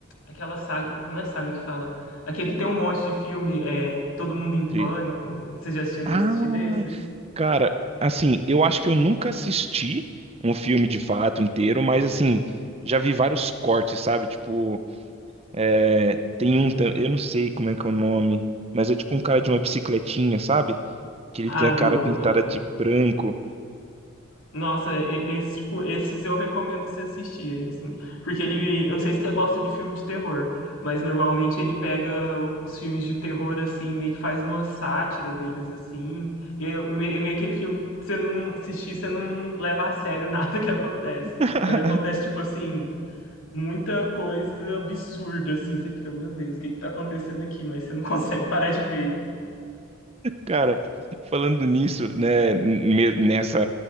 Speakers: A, on the left (about 75°); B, on the right (about 30°).
A: aquela saga, não é saga que fala, aquele que tem um monte de filme, é, Todo Mundo em Pânico.
B: Tri-
A: Você já chegou
B: Ah,
A: a assistir desses?
B: cara, assim, eu acho que eu nunca assisti um filme de fato inteiro, mas assim, já vi vários cortes, sabe? Tipo. É, tem um, tam- eu não sei como é que é o nome, mas é tipo um cara de uma bicicletinha, sabe? Que ele
A: Ah,
B: tem a cara
A: do
B: pintada de branco.
A: Nossa, e- esse, tipo, esses eu recomendo você assistir, assim, porque ele, eu não sei se você gosta de filme de terror, mas normalmente ele pega o- os filmes de terror, assim, meio que faz uma sátira deles, assim, e é me- é meio aquele filme que você não assistir, você não leva a sério <laughs> nada que acontece,
B: <laughs>
A: mas acontece, tipo assim, muita coisa absurda, assim, você fica, meu Deus, o que que tá acontecendo aqui? Mas você não <laughs> consegue parar de ver.
B: Cara, falando nisso, né, me- nessa,